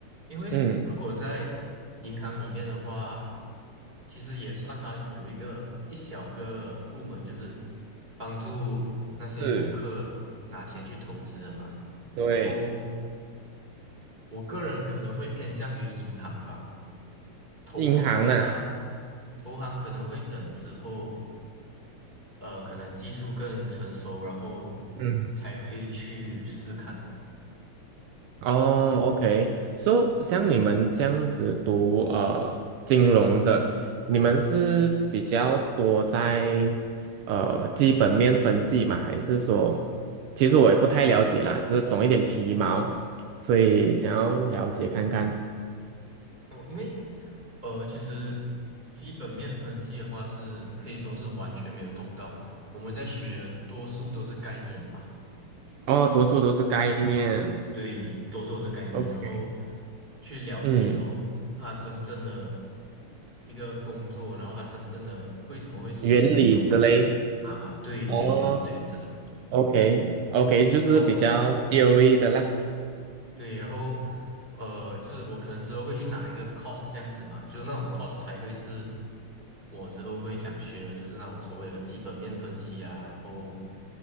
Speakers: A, on the right; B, on the right.
A: 因为如果在
B: 嗯，
A: 银行里面的话，其实也算它有一个一小个部门，就是帮助那些顾客拿钱去投资的嘛。
B: 是，对，
A: 然后我个人可能会偏向于银行吧，投行的话，
B: 银行啊，
A: 投行可能会等之后，呃，可能技术更成熟，然后
B: 嗯。
A: 才会去试看。
B: 哦，OK，so 像你们这样子读呃金融的，你们是比较多在呃基本面分析吗？还是说，其实我也不太了解啦，只是懂一点皮毛，所以想要了解看看。
A: 嗯，因为呃，其实基本面分析的话是可以说是完全没有动到。我们在学的多数都是概念吧，
B: 哦，多数都是概念
A: 对，多数都是概念，
B: ，OK，
A: 然后去了解哦，
B: 嗯，
A: 它真正的一个工作，然后它真正的为什么会形成这种东西啊？
B: 原理之类。
A: 对对对对，
B: 哦
A: 这种。
B: ，OK，OK，就是比较
A: 然后
B: theory 的啦。
A: 对，然后呃，就是我可能之后会去拿一个 c o s 这样子嘛，就是那种 c o s e 才会是我之后会想学的，就是那种所谓的基本面分析啊，然后